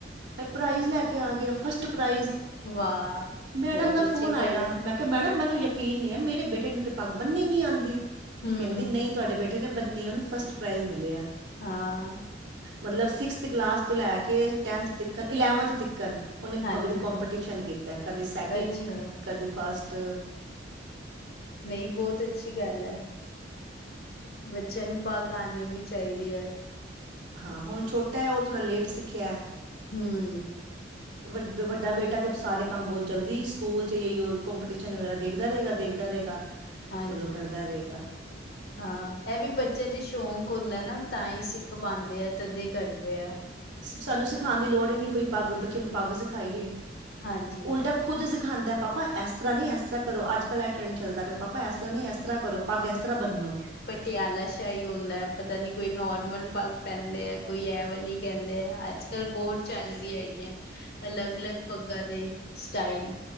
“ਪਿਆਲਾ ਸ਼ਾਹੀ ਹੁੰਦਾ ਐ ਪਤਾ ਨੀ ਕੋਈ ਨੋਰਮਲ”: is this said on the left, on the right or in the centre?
Left